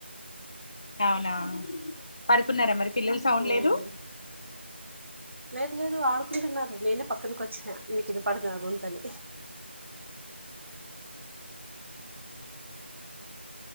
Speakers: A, on the left; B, on the right.
A: అవునా పడుకున్నారా మరి పిల్లలు సౌండ్
B: ఉమ్,
A: లేదు
B: లేదు లేదు ఆడుకుంటున్నారు నేనే పక్కన కొచ్చినా మీకు ఇన్నపడదు నా గొంతు అని